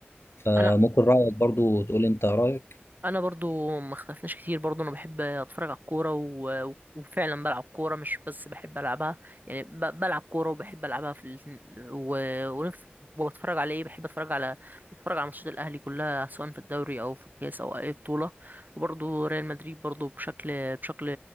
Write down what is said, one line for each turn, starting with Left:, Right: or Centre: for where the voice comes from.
Left: فممكن
Right: انا
Left: رأيك برضو تقول لي أنت رأيك
Right: انا برضو ما اختلفناش كتير برضو انا بحب اتفرج على الكوره و... وفعلا بلعب كوره مش بس بحب العبها يعني ب... بلعب كوره وبحب العبها في الاتنين و... ونفس وبتفرج على ايه بحب اتفرج على بتفرج على ماتشات الاهلي كلها سواء في الدوري او في الكاس او اي بطوله وبرضو ريال مدريد برضو بشكل بشكل